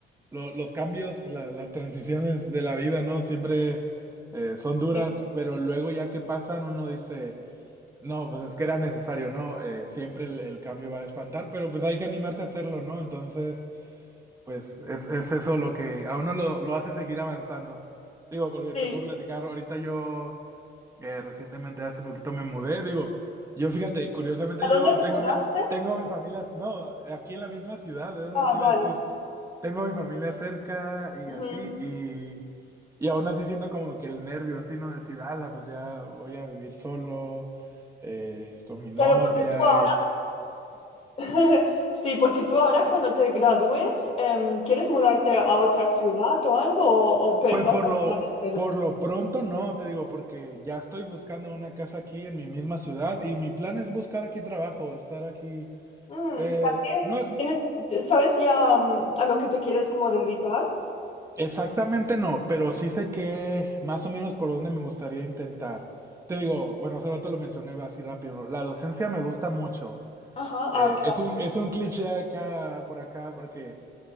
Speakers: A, on the right (about 15°); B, on the left (about 35°).
A: lo- los cambios, la- las transiciones de la vida, ¿no? Siempre eh, son duras,
B: Sí.
A: pero luego ya que pasan uno dice, no, pues es que era necesario, ¿no? Eh, siempre el, el cambio va a espantar, pero pues hay que animarse a hacerlo, ¿no? Entonces, pues es, es eso lo que a uno lo, lo hace seguir avanzando. Digo, porque
B: sí.
A: te puedo platicar, ahorita yo... Eh, recientemente, hace poquito me mudé, digo, yo fíjate, curiosamente
B: ¿A dónde
A: yo
B: te
A: tengo
B: mudaste?
A: mi, tengo mi familia, no, aquí en la misma ciudad, era lo
B: Ah,
A: que
B: vale.
A: iba a decir, tengo mi familia cerca y
B: Ujú.
A: así, y, y aún así siento como que el nervio, así, ¿no? Decir, ala, pues ya voy a vivir solo, eh, con mi novia,
B: Claro, porque tú ahora,
A: y-
B: <laughs> sí, porque tú ahora cuando te gradúes, em, ¿quieres mudarte a otra ciudad o algo? ¿O, o pe-
A: pues
B: vas
A: por
B: a
A: lo,
B: permanecer?
A: por lo pronto no, te digo, porque ya estoy buscando una casa aquí en mi misma ciudad y mi plan es buscar aquí trabajo, estar aquí.
B: Mm,
A: Eh,
B: ¿y también
A: no,
B: tienes, sabes ya mm, a lo que te quieres como dedicar?
A: Exactamente no, pero sí sé que más o menos por dónde me gustaría intentar. Te digo, bueno, hace rato lo mencioné y así rápido, ¿no? La docencia me gusta mucho.
B: Ajá,
A: Eh,
B: ah,
A: es un, es un cliché acá, por acá, porque